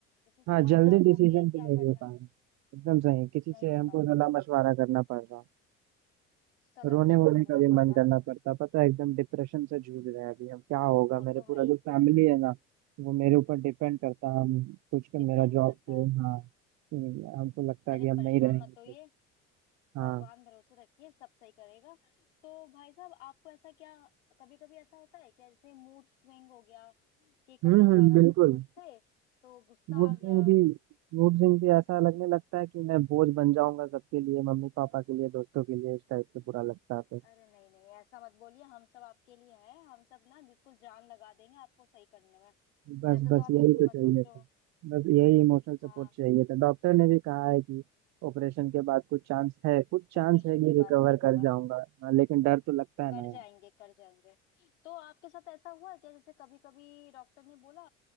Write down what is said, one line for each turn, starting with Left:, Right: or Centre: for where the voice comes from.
Left: जैसे समझ
Right: हाँ जल्दी
Left: ना आता
Right: डिसीजन
Left: हो कि
Right: भी
Left: क्या
Right: नहीं ले
Left: करना
Right: पाएंगे एकदम सही किसी
Left: नहीं
Right: से
Left: ले
Right: हमको
Left: पाते
Right: सलाह मशवरा करना पड़ रहा
Left: सलाह
Right: रोने
Left: मशवरा
Right: वोने
Left: करना
Right: का भी
Left: पड़
Right: मन
Left: रहा
Right: करना
Left: है
Right: पड़ता पता है एकदम डिप्रेशन से जूझ रहे हैं अभी हम क्या होगा
Left: वो तो
Right: मेरे
Left: भाई
Right: पूरा जो फैमिली है ना वो मेरे ऊपर डिपेंड करता है हम कुछ का
Left: डिपेंड
Right: मेरा जॉब
Left: करता
Right: पे
Left: है
Right: हाँ हम्म, हमको लगता है
Left: अरे
Right: कि हम
Left: परेशान
Right: नहीं रहेंगे
Left: मत होइए
Right: तो हाँ
Left: भगवान भरोसे रखिए सब सही करेगा तो भाई साहब आपको ऐसा क्या कभी कभी ऐसा होता है क्या जैसे मूड स्विंग हो गया कि कभी
Right: हम्म
Left: अचानक
Right: हम्म बिल्कुल
Left: से खुश थे तो गुस्सा
Right: मूड
Left: आ गया
Right: स्विंग भी मूड स्विंग भी ऐसा लगने लगता है कि मैं बोझ बन जाऊंगा सबके लिए मम्मी पापा के लिए दोस्तों के लिए इस टाइप से बुरा लगता है तो।
Left: अरे नहीं नहीं ऐसा मत बोलिए हम सब आपके लिए हैं हम सब ना बिल्कुल जान लगा देंगे आपको सही करने में
Right: बस
Left: ऐसा तो
Right: बस
Left: आप
Right: यही
Left: बिल्कुल
Right: तो चाहिए
Left: मत सोचो
Right: था बस यही इमोशनल
Left: हाँ
Right: सपोर्ट चाहिए था डॉक्टर ने भी कहा है कि ऑपरेशन के बाद कुछ चांस है कुछ चांस
Left: ऑपरेशन
Right: है कि
Left: के
Right: रिकवर
Left: बाद ठीक होगा
Right: कर जाऊंगा हाँ, लेकिन डर तो लगता है
Left: कर
Right: ना यार
Left: जाएंगे कर जाएंगे तो आपके साथ ऐसा हुआ है क्या जैसे कभी कभी डॉक्टर ने बोला